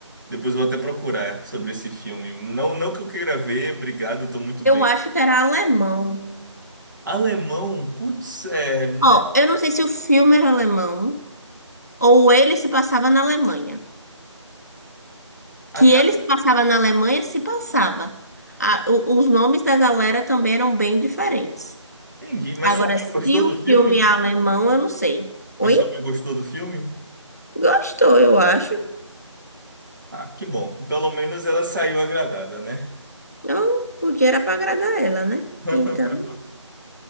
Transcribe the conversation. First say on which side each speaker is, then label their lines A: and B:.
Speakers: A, on the right; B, on the left.
A: Depois eu vou até procurar sobre esse filme. Não, não que eu queira ver, obrigado, tô muito
B: Eu
A: bem.
B: acho que era alemão.
A: Alemão, putz, é. né?
B: Ó, eu não sei se o filme era alemão ou ele se passava na Alemanha. Que
A: A cara,
B: ele se passava na Alemanha, se passava. A- o- os nomes da galera também eram bem diferentes.
A: entendi. Mas
B: Agora,
A: sua mãe
B: se
A: gostou
B: o
A: do
B: filme
A: filme?
B: é alemão, eu não sei. Oi?
A: Mas sua mãe gostou do filme?
B: Gostou, eu acho.
A: Ah, que bom. Pelo menos ela saiu agradada, né?
B: Não, o dia era pra agradar ela, né?
A: <laughs>
B: Então,